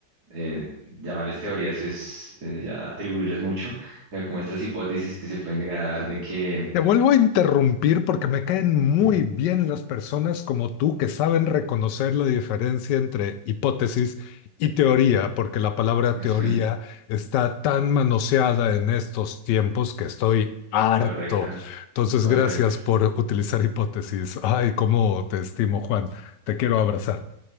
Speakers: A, on the right; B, on the left.
A: eh, llamarles teorías es eh, ya atribuirles mucho, pero como estas hipótesis que se pueden llegar a dar de que...
B: Te vuelvo a interrumpir porque me caen muy
A: Ujú,
B: bien las personas como tú que saben reconocer la diferencia entre hipótesis y teoría, porque la palabra
A: <laughs>
B: teoría
A: ujú,
B: está tan manoseada en estos tiempos que estoy harto.
A: Correcto,
B: Entonces,
A: correcto.
B: gracias por utilizar hipótesis. Ay, cómo te estimo, Juan. Te quiero abrazar.